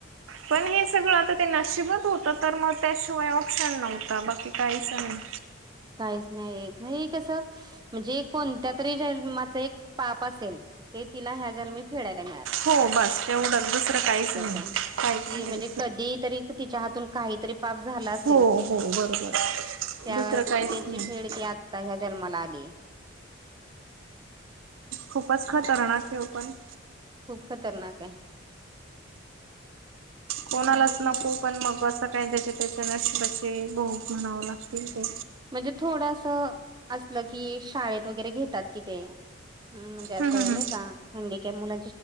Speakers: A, on the right; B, on the right.
A: पण हे सगळं आता ते नशीबात होतं तर मग त्याशिवाय ऑप्शन नव्हता बाकी काहीच नाही.
B: काहीच नाही एक म हे कसं म्हणजे कोणत्या तरी जन्माचं एक पाप असेल ते तिला ह्या जन्मी फेडायला मिळतं.
A: हो बास एवढंच दुसरं काहीच नाही
B: आहे.
A: काहीच
B: ती
A: नाही.
B: म्हणजे कधी तरी तिच्या हातून काहीतरी पाप झालं असेल.
A: हो हो बरोबर.
B: त्या
A: दुसरं काहीच
B: त्याची
A: नाही
B: फेड ती आता ह्या जन्माला आलीय.
A: खूपच खतरनाक आहे ओ पण.
B: खूप खतरनाक आहे.
A: कोणालाच
B: काही
A: नको. पण मग बसचं काय त्याच्यात रिटर्न असतात ते हो म्हणावं लागतील ते.
B: म्हणजे थोडंसं असलं, की शाळेत वगैरे घेतात कि ते. हम् म्हणजे असं
A: हम्म हम्म हम्म.
B: नाही का हुंडी के मुलं.